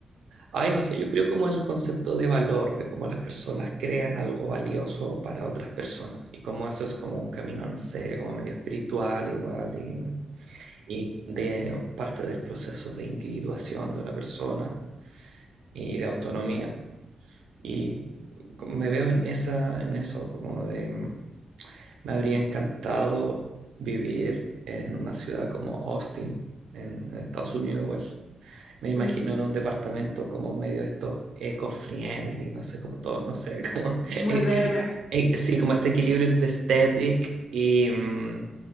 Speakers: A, on the right (about 85°); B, on the left (about 65°).
A: Ay, no sé, yo creo como en el concepto de valor, de cómo las personas crean algo valioso para otras personas y cómo eso es como un camino, no sé, como medio espiritual igual y, y de parte del proceso de individuación de una persona y de autonomía. Y me veo en esa, en eso, como de, mm, me habría encantado vivir en una ciudad como Austin, en en Estados Unidos igual me imagino
B: Ujú.
A: en un departamento como medio estos eco-friendly, no sé, como todo, no sé, como, <laughs> eh,
B: Muy verde.
A: eh, eh, sí, como este equilibrio entre aesthetic y, mm,